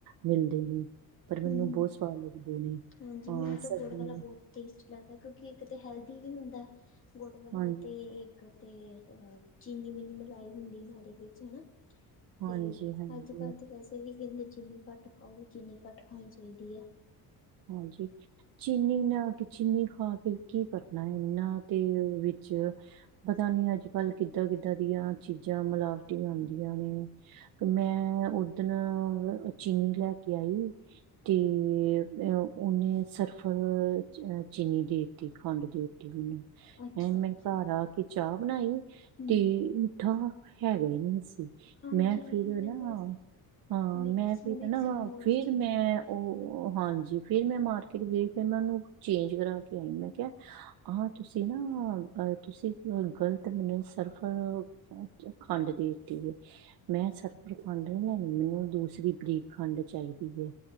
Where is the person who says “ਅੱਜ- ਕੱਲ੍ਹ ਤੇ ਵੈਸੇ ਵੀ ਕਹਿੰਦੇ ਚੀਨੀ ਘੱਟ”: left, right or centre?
Left